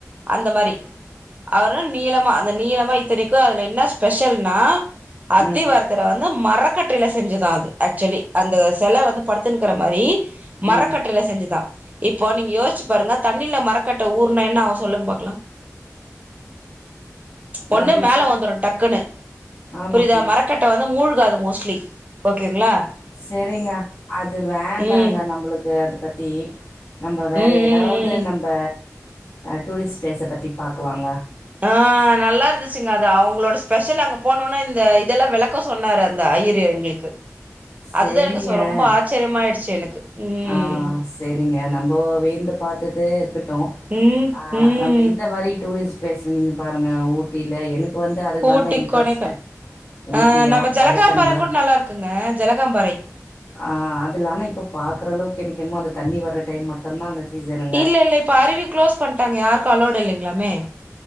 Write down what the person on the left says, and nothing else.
ம்.
ம்.
அது
சிலு
ஆமாங்க.
செரிங்க அது வேண்டாங்க
நம்ளுக்கு அது பத்தி நம்ப வேறு
எதாவ்து
நம்ப டூரிஸ்ட் ப்ளேஸ பத்தி பாக்லாங்க
சரிங்க.
ஆ செரிங்க நம்ப வியந்து பாத்ததே இருக்கட்டு
ஆ
நம்ப இந்த மாரி டூரிஸ்ட் ப்ளேஸ்ல நீங்க பாருங்க ஊட்டில எனக் கு வந்து அது தாங்க
இன்ட்ரெஸ்ட்டு
ஊட்டியா,
கொடைக்கானலா?
ஆ அதுல ஆனா இப்ப பாக்குறளவுக்கு எனக்கு என்னமோ அந்த தண்ணி வர்ற டைம் மட் தந்தாங்க சீசரன்